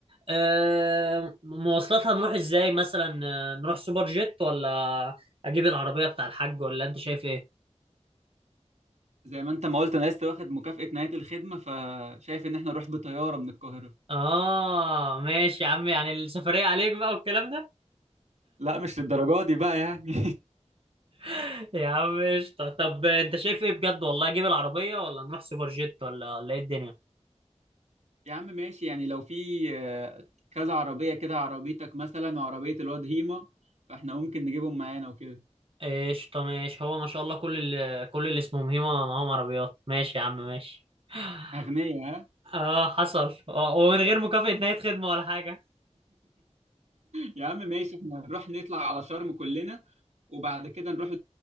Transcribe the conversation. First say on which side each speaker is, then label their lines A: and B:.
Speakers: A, on the right; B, on the right.
A: آه، مواصلات هنروح ازاي مثلا آه، نروح سوبر جيت ولا اجيب العربية بتاع الحاج ولا انت شايف ايه
B: زي ما انت ما قلت انا لسه واخد مكافأة نهاية الخدمة فشايف ان احنا نروح بطيارة من القاهرة
A: اه ماشي يا عم يعني السفرية عليك بقى والكلام ده
B: لا مش للدرجة دي بقى يعني
A: <laughs> يا عم قشطة طب انت شايف ايه بجد والله اجيب العربية ولا نروح سوبر جيت ولا ولا ايه الدنيا
B: <laughs> يا عم ماشي يعني لو في آه، كذا عربية كده عربيتك مثلا وعربية الواد هيما فاحنا ممكن نجيبهم معانا وكده
A: قشطة ماشي هو ما شاء الله كل ال... كل اللي اسمهم هيما معاهم عربيات ماشي يا عم ماشي <laughs>
B: أغنياء ها
A: اه حصل آه، ومن غير مكافأة نهاية خدمة ولا حاجة
B: يا عم ماشي احنا نروح نطلع على شرم كلنا وبعد كده نروح